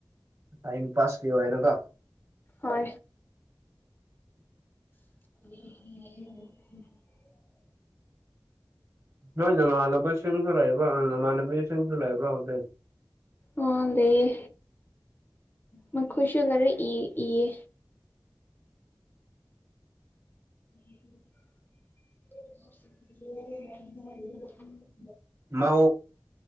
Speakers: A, on the right; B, on the left.
A: ꯇꯥꯏꯝ ꯄꯥꯁ ꯄ ꯍꯥꯏꯅ ꯀ
B: ꯍ <unintelligible>
A: ꯅꯣꯏ ꯅꯃꯥꯟꯅꯕꯁꯤꯡꯁꯨ ꯂꯩꯕ꯭ꯔꯣ ꯅꯃꯥꯟꯅꯕꯤꯁꯤꯡꯁꯨ ꯂꯩꯕ꯭ꯔꯥ ꯍꯧꯖꯦ
B: ꯑꯣ ꯂꯩꯑ ꯃꯈꯣꯏꯁꯨ ꯂꯥꯏꯔꯤꯛ ꯏꯌꯦ <unintelligible>
A: ꯃꯥ